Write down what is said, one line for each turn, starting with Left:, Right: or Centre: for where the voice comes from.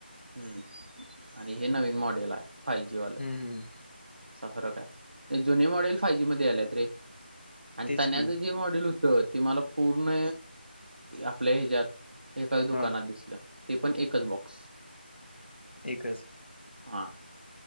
Right: हम्म आणि हे नवीन मॉडे फाव जी वा.
Left: हम्म हम्म
Right: असा फरक आहे जुने मॉडेल फाय जी मध्ये आलेयत रे. आणि
Left: तेच
Right: तण्याचं
Left: की
Right: जे मॉडेल होत. ते मला पूर्ण आपल्या ह्याच्यात एखाद्या दुकानात
Left: हा
Right: दिसलं. ते पण एकच बॉक्स.
Left: एकच?
Right: हा.